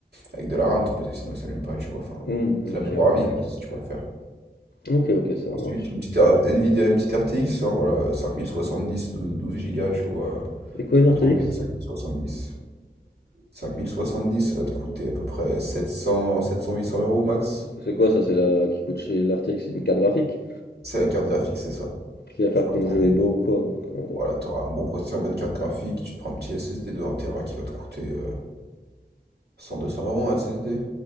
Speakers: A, on the right; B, on the left.
A: avec de la RAM, ton PC, sinon il s'allume pas, tu vois. Enfin,
B: Mmh,
A: c'est
B: OK,
A: la mémoire
B: OK.
A: vive, si tu préfères.
B: OK, OK, ça
A: Ensuite,
B: marche.
A: une petite R- Nvidia, une petite RTX, hein, voilà, dix douze Go, tu vois.
B: C'est quoi
A: Ça
B: une
A: coûte
B: RTX?
A: combien cinq mille soixante dix une 5070? 5070, ça va te coûter à peu près 700, 800 euros max.
B: C'est c'est quoi ça? C'est la qui coûte chez la RTX, c'est une carte graphique?
A: C'est la carte graphique, c'est ça.
B: Qui va faire
A: Faut
B: que
A: la
B: ton
A: retourner.
B: jeu est beau ou quoi, en gros?
A: Voilà, t'auras un bon processeur, une bonne carte graphique, tu te prends un petit SSD de un Tera qui va te coûter euh, 200 euros un SSD.